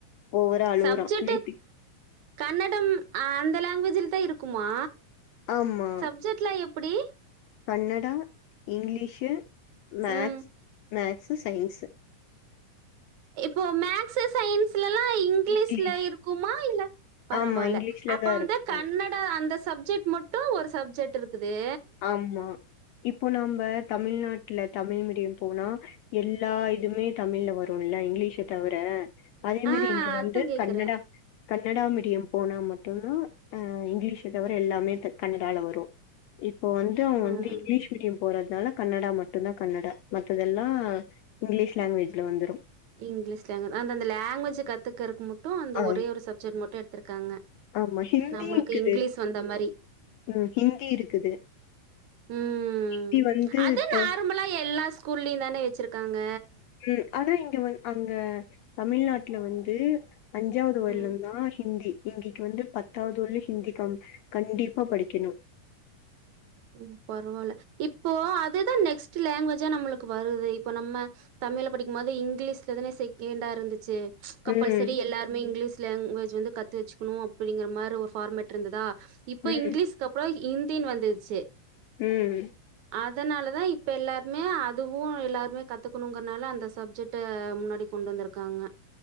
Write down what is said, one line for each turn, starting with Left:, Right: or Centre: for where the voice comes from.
Left: ஓவரா அழுவுறா
Right: சப்ஜெக்ட்டு,
Left: வீட்டுக்
Right: கன்னடம் அந்த லாங்குவேஜ்ல தான் இருக்குமா
Left: ஆமா
Right: சப்ஜெக்ட்லாம் எப்படி
Left: கன்னடா, இங்கிலீஷு, மேக்ஸ்
Right: ம்
Left: மேக்ஸு, சயின்ஸு
Right: இப்போ மேக்ஸு சயின்ஸ் லலாம் இங்கிலீஷ்ல
Left: இங்கிலீஷ்
Right: இருக்குமா இல்ல பரவாயில்ல
Left: ஆமா இங்கிலீஷ்ல
Right: அப்ப
Left: தா
Right: வந்து
Left: இருக்கு
Right: கன்னட அந்த சப்ஜெக்ட் மட்டும் ஒரு சப்ஜெக்ட் இருக்குது
Left: ஆமா இப்போ நாம்ப தமிழ்நாட்டுல தமிழ் மீடியம் போனா எல்லா இதுமே தமிழ்ல வரும் ல இங்கிலீஷ தவிர அதே
Right: ஆ
Left: மாரி இங்க
Right: அதா
Left: வந்து
Right: கேக்குறே
Left: கன்னடா கன்னடா மீடியம் போனா மட்டும்தான்ஹ இங்கிலீஷ தவிர எல்லாமே கன்னடால வரும் இப்ப வந்து அவங்க
Right: ம்
Left: வந்து இங்கிலீஷ் மீடியம் போறது அதனால கன்னடா மட்டும்தான் கன்னடா மத்ததெல்லாம் இங்கிலீஷ் லாங்குவேஜில வந்துடும்
Right: இங்கிலீஷ் லங்கஜ் அந்த அந்த லாங்குவேஜ் கத்துக்கறக்கு மட்டும் அந்த
Left: ஆ
Right: ஒரே ஒரு சப்ஜெக்ட் மட்டும் எடுத்திருக்காங்க
Left: ஆமா ஹிந்தி
Right: நம்மளுக்கு
Left: இருக்குது
Right: இங்கிலீஷ் வந்த மாரி
Left: உஹம் ஹிந்தி இருக்குது
Right: உம்
Left: ஹிந்தி வந்து
Right: அது
Left: த-
Right: நார்மலா எல்லா ஸ்கூல்லயும் தானே வச்சிருக்காங்க
Left: ம் ஆனா இங்க வந்த் அங்க தமிழ்நாட்ல வந்து அஞ்சாவது வருடம்
Right: ம்
Left: தான் ஹிந்தி இங்கைக்கு வந்து பத்தாவுது ஒன்லி ஹிந்திகம் கண்டிப்பா படிக்கணு
Right: ஓ பரவால இப்போ அதுதான் நெக்ஸ்ட் லாங்குவேஜா நம்மளுக்கு வருது இப்போ நம்ம தமிழ படிக்கும்போது இங்கிலீஷில தானே செகண்டாக இருந்துச்சு கம்பல்சரி
Left: ம்
Right: எல்லாருமே இங்கிலீஷ் லாங்குவேஜ் வந்து கத்து வச்சுக்கணு அப்டிங்க மாதிரி ஒரு ஃபார்மெட் இருந்துதா இப்ப
Left: ம்
Right: இங்கிலீஷ்க்கு அப்புறம் ஹிந்தினு வந்துருச்சு
Left: ம்
Right: அதனால தான் இப்போ எல்லாருமே அதுவு எல்லாருமே கத்துக்குணுங்கிறனால அந்த சப்ஜெக்ட்டை முன்னாடிக் கொண் கொண்டு வந்திருக்காங்க